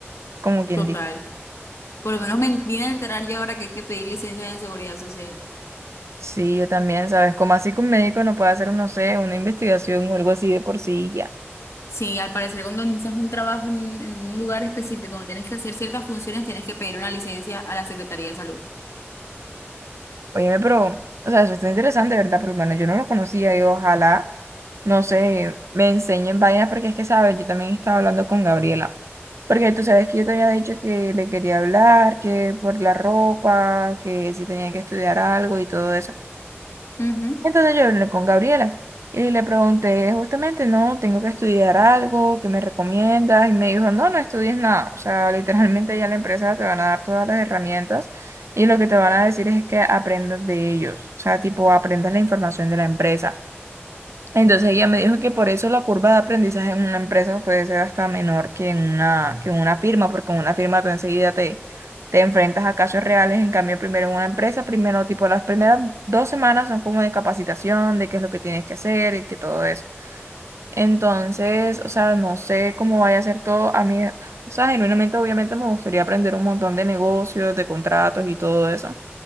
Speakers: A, on the right (about 85°); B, on the left (about 85°).
A: como quien
B: total.
A: dice.
B: Por lo menos me vine a enterar yo ahora que hay que pedir licencia en seguridad social.
A: Sí, yo también, ¿sabes? Como así que un médico no puede hacer, un, no sé, una investigación o algo así de por sí y ya.
B: Sí, al parecer cuando inicias un trabajo en, un en un lugar específico, cuando tienes que hacer ciertas funciones, tienes que pedir una licencia a la Secretaría de Salud.
A: Óyeme, pero, o sea, eso está interesante, ¿verdad? Por lo menos yo no lo conocía y ojalá, no sé, me enseñen vainas porque es que, ¿sabes? Yo también estaba hablando con Gabriela. Porque tú sabes que yo te había dicho que le quería hablar, que por la ropa, que si tenía que estudiar algo y todo eso.
B: Ujú.
A: Entonces yo hablé con Gabriela y le pregunté justamente, no, tengo que estudiar algo, ¿qué me recomiendas? Y me dijo, no, no estudies nada. O sea, literalmente ya la empresa te van a dar todas las herramientas y lo que te van a decir es que aprendas de ellos. O sea, tipo, aprendas la información de la empresa. Entonces ella me dijo que por eso la curva de aprendizaje en una empresa puede ser hasta menor que en una, que en una firma, porque en una firma tú enseguida te, te enfrentas a casos reales, en cambio primero en una empresa, primero tipo las primeras dos semanas son como de capacitación, de qué es lo que tienes que hacer y que todo eso. Entonces, o sea, no sé cómo vaya a ser todo. A mí, o sea, genuinamente obviamente me gustaría aprender un montón de negocios, de contratos y todo eso.